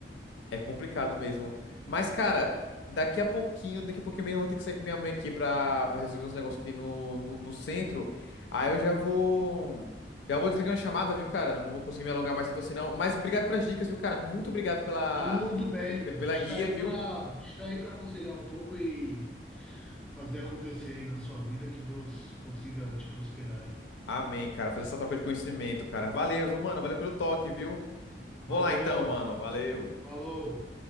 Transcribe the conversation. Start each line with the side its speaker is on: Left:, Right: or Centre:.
Left: é complicado mesmo. Mas, cara, daqui a pouquinho, daqui a pouquinho mesmo eu vou ter que sair com minha mãe aqui pra, pra resolver uns negócios aqui no, no, no centro. Aí eu já vou. Já vou desligar a chamada, viu, cara? Eu Não vou conseguir me alongar mais tanto assim, não. Mas obrigado pelas dicas, viu, cara? Muito obrigado pela,
Centre: Tudo bem,
Left: pe- pe-
Centre: a
Left: pela
Centre: gente está
Left: guia,
Centre: aí
Left: viu?
Centre: para está aí para aconselhar um pouco e fazer acontecer aí na sua vida, que Deus consiga te prosperar aí.
Left: Amém, cara. Fazer essa troca de conhecimento, cara. Valeu, viu, mano? Valeu pelo toque, viu? Vou
Centre: Valeu,
Left: lá então, mano. Valeu.
Centre: falou.